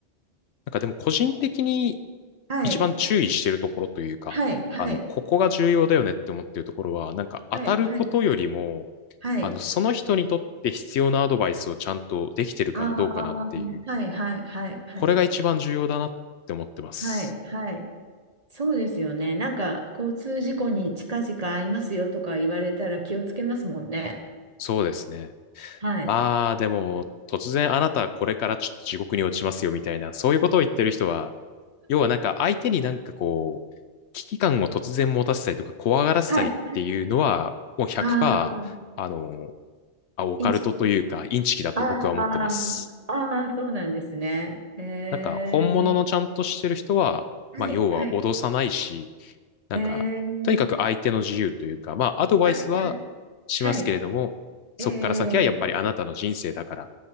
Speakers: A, on the left; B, on the right.
A: なんかでも個人的に
B: はい、
A: 一番注意してるところというか、
B: はい、はい、
A: あの、ここが重要だよねって思ってるところは、なんか当たることよりも、
B: はい、はい、はい。
A: あの、その人にとって必要なアドバイスをちゃんとできてるかなどうかなっていう、
B: ああ、はい、はい、はい、はい、
A: これが一番重要だなって思ってます。
B: はい、はい。そうですよね。なんか、交通事故に近々会いますよとか言われたら気をつけますもんね。
A: そうですね。
B: はい。
A: ああ、でも、突然あなたこれからちょっと地獄に落ちますよみたいな、そういうことを言ってる人は、要はなんか相手になんかこう、危機感を突然持たせたりとか怖がらせたりっていうのは、
B: はい。はい。
A: もう100%、
B: ああ、
A: あの、あオカルトというか、
B: インチキ。
A: インチキだと僕は思ってます。
B: ああ、ああ、そうなんですね。えー、
A: なんか、本物のちゃんとしてる人は、
B: はい、
A: まあ、要は脅さないし、
B: はい。
A: なんか、
B: えー、
A: とにかく相手の自由というか、まあ、アドバイスはしますけれども、
B: はい、はい、はい。
A: そこから先はやっぱりあなたの人生だから、
B: え